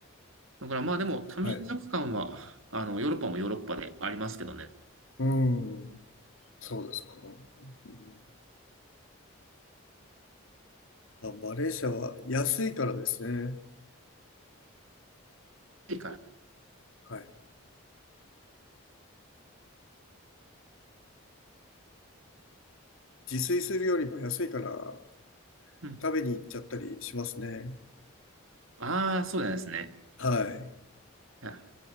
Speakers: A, on the right; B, on the left.
A: だからまあでも多民族間は、
B: はい。
A: あの、ヨーロッパもヨーロッパでありますけどね。
B: うん。そうですか。うん、あ、マレーシアは安いからですね。
A: いいから。
B: はい。自炊するよりも安いから
A: うん。
B: 食べに行っちゃったりしますね。
A: ああ、そうなんですね。
B: はい。
A: い